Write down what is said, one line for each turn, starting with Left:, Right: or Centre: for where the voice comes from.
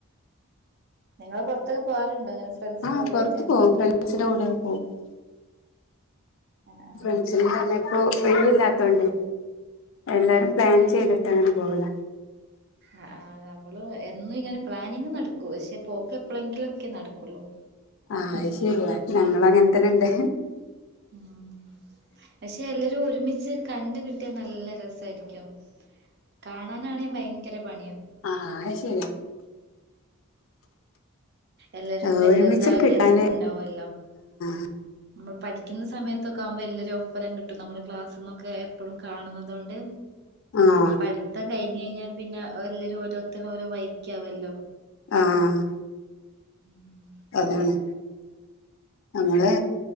Right: നിങ്ങള് പൊറത്ത് പോവാറുണ്ട് ഇങ്ങനെ ഫ്രണ്ട്സിന്റെ
Left: ആഹ്
Right: കൂടെയൊക്കെ
Left: പൊറത്ത് പോവും, ഫ്രണ്ട്സിന്റെ കൂടെല്ലം പോവും.
Right: ആഹ് ആഹ്
Left: ഫ്രണ്ട്സ്ന് തന്നെപ്പൊ ഒഴിവില്ലാത്തോണ്ട് എല്ലാരും പ്ലാൻ ചെയ്തിട്ടങ്ങനെ പോകലാ.
Right: അ ആഹ് നമ്മള് എന്നും ഇങ്ങനെ പ്ലാനിങ് നടക്കും പക്ഷേ, പോക്ക് എപ്പളെങ്കിലൊക്കെ നടക്കുള്ളൂ.
Left: അത് ശരിയാ ഞങ്ങളങ്ങൻത്തന്നെണ്ട്.
Right: ആഹ്, പക്ഷെ എല്ലരും ഒരുമിച്ച് കണ്ട് കിട്ടിയാ നല്ല രസായിരിക്കും. കാണാനാണെ ഭയങ്കര പണിയാ.
Left: ആഹ് അത് ശരിയാ.
Right: എല്ലർക്കും
Left: ഏ,
Right: എല്ലരുതായ
Left: ഒരുമിച്ച് കിട്ടാന്
Right: തെര്ക്കൂണ്ടാവൊല്ലോ.
Left: <inaudible>
Right: നമ്മൾ പഠിക്കുന്ന സമയത്തൊക്കെ ആകുമ്പോൾ എല്ലാവരും ഒപ്പരം കിട്ടും നമ്മള് ക്ലാസ്സ്ന്നൊക്കെ എപ്പളും കാണുന്നത് കൊണ്ട്
Left: ആഹ്
Right: പഠിത്തം കഴിഞ്ഞഴ്ഞ്ഞാ പിന്നെ എല്ലരും ഓരോരുത്തരും ഓരോ വയിക്കാവല്ലോ.
Left: ആഹ്
Right: <inaudible>
Left: അതാണ് നമ്മള്